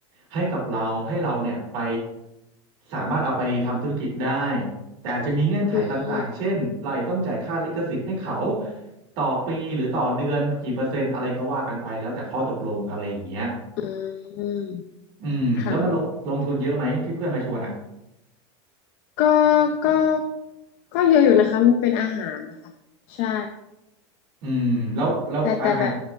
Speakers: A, on the right; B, on the left.
A: ให้กับเราให้เราเนี่ยไปสามารถเอาไปทำธุรกิจได้ แต่อาจจะมีเงื่อนไขต่างๆ
B: อืม
A: เช่น เราอาจจะต้องจ่ายค่าลิขสิทธิ์ให้เขาต่อปีหรือต่อเดือนกี่เปอร์เซ็นต์อะไรก็ว่ากันไปแล้วแต่ข้อตกลงอะไรอย่างเงี้ย
B: อืม
A: อืมแล้วมันลงลงทุนเยอะไหมที่เพื่อนมาชวนอ่ะ
B: ค่ะ ก็ก็ก็เยอะอยู่นะคะมันเป็นอาหารนะคะใช่
A: อืมแล้วแล้วอาหาร
B: แต่แต่แบบ